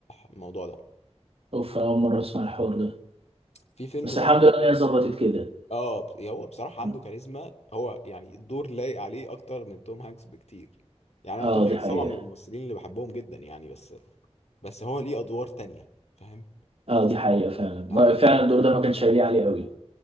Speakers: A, on the left; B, on the right.
A: الموضوع ده
B: اوف أنا اول مرة اسمع الحوار ده
A: في فيلم
B: بس
A: برضه
B: الحمد
A: <laughs>
B: لله
A: تاني
B: ان هي ظبطت كده
A: اه بس- هو بصراحة
B: اه
A: عنده كاريزما هو يعني الدور لايق عليه أكتر من توم هانكس بكتير يعني أنا
B: آه،
A: توم هانكس
B: دي حقيقة
A: طبعا من الممثلين اللي بحبهم جدا يعني بس بس هو ليه أدوار تانية فاهم
B: اه دي حقيقة فعلا
A: يعني
B: ما-
A: أنا
B: فعلا
A: توم
B: الدور ده ما كانش هيليق عليه قوي